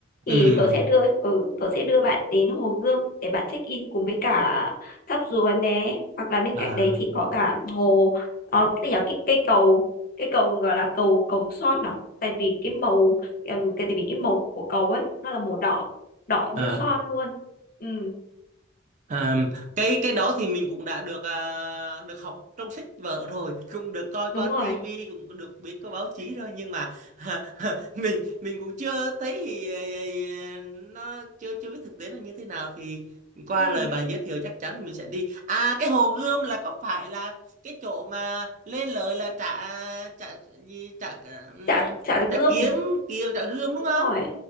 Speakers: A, on the left; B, on the right.
A: Thì
B: Ừ.
A: tớ sẽ đưa ừ, tớ sẽ đưa bạn đến Hồ Gươm để bạn check in cùng với cả tháp Rùa né hoặc là bên
B: À.
A: cạnh đấy thì có cả hồ ờ, cái nhỏ cái cây cầu cái cầu gọi là cầu cầu son à. Tại vì cái màu ừm, cái tại vì cái màu của cầu ấy nó là màu đỏ, đỏ như
B: À,
A: son luôn. Ừ,
B: à, cái cái đó thì mình cũng đã được à, được học trong sách vở rồi, cũng được coi qua
A: đúng
B: tivi,
A: rồi.
B: cũng được biết qua báo chí rồi nhưng mà <laughs> mình mình cũng chưa thấy thì à, nó chưa chưa biết thực tế là như thế nào thì qua
A: Ừ.
B: lời bạn giới thiệu chắc chắn mình sẽ đi. À cái Hồ Gươm là có phải là cái chỗ mà lên lời là trả trả gì trả ừm,
A: chả chả gươm
B: trả kiếm kiếm trả gươm đúng
A: đúng
B: không?
A: rồi